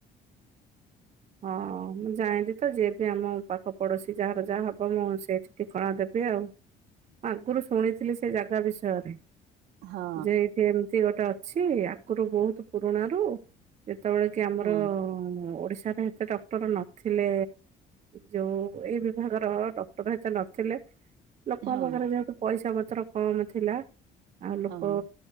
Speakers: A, on the right; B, on the right.
A: ହଁ ମୁଁ ଯାଣିଲିି ତ ଯିଏ ବି ଆମ ପାଖ ପଡୋଶୀ ଯାହାର ଯାହା ହବ ମୁଁ ସେଇଠି ଟିକଣା ଦେବି ଆଉ ମୁ ଆଗରୁ ଶୁଣିଥିଲି ସେ ଜାଗା ବିଷୟରେ।
B: ହଁ
A: ଯେ ଏଇଠି ଏମତି ଗୋଟେ ଅଛି ଆଗରୁ ବହୁତ ପୁରୁଣା ର ଯେତେବେଳେ କି ଆମର
B: ହଁ
A: ଓଡିଶ୍ ଏତେ ଡକ୍ଟର ନଥିଲେ ଯେଉଁ ଏଇ ବିଭାଗର ଡକ୍ଟର ଏତେ ନଥିଲେ। <inaudible> ଲୋକଙ୍କ
B: ହଁ
A: ପାଖରେ ଯେହେତୁ ପଇସା ପତ୍ର କମ୍ ଥିଲା ଆଉ ଲୋକ
B: ହଁ।